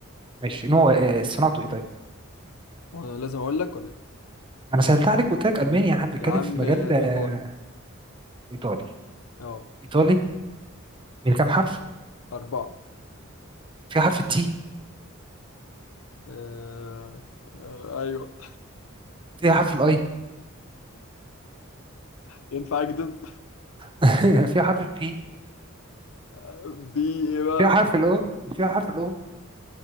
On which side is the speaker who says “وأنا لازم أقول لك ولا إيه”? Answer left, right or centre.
Left